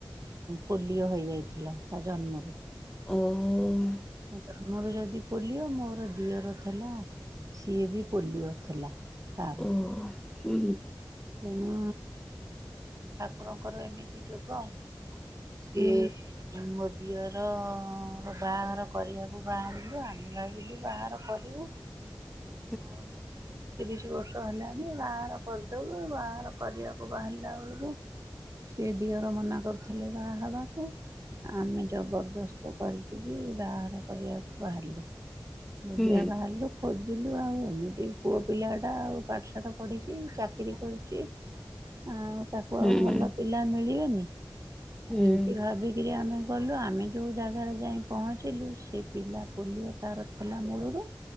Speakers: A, on the right; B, in the centre.
A: ପୋଲିଓ ହେଇଯାଇଥିଲା ତା ଜନ୍ମରୁ।
B: ଉହୁଁ।
A: ତମର ଯଦି ପୋଲିଓ ମୋର ଦିଅର ଥିଲା ସିଏ ବି ପୋଲିଅ ଥିଲା ତାର
B: ହ ହୁଁ।
A: ତେଣୁ ଠାକୁରଙ୍କର ଏମିତି ଯୋଗ ସିଏ
B: ହୁଁ
A: ମୋ ଦିଅରର ବାହାଘର କରିବାକୁ ବାହାରିଲୁ ଆମେ ଭାବିଲୁ ବାହାଘର କରିବୁ
B: ହୁଁ
A: ଆଉ ତିରିଶ ବର୍ଷ ହେଲାଣି ବାହାଘର କର ଦୋବୁ ବାହାଘର କରିବାକୁ ବାହାରିଲା ବେଳକୁ ସେ ଦିଅର ମନା କରୁଥିଲେ ବାହା ହେବାକୁ। ଆମେ ଜବରଦସ୍ତ କରିକି ବାହାଘର କରିବାକୁ ବାହାରିଲୁ। ଅବିକା
B: ହୁଁ
A: ବାହାରିଲୁ। ଖୋଜିଲୁ ଆଉ ଏମିତି ପୁଅ ପିଲା ଟା ଆଉ ପାଠଶାଠ ପଢିଚି ଚାକିରି କରୁଚି ଆଉ ତାକୁ
B: ହୁଁ
A: ଆଉ ଭଲ ପିଲା ମିଳିବେନି। ଏମିତି
B: ହୁଁ
A: ଭାବିକିରି ଆମେ ଗଲୁ। ଆମେ ଯେଉଁ ଜାଗାରେ ଯାଇ ପହଞ୍ଚିଲୁ ସେ ପିଲା ପୋଲିଓ ତାର ଥିଲା। ମୂଳରୁ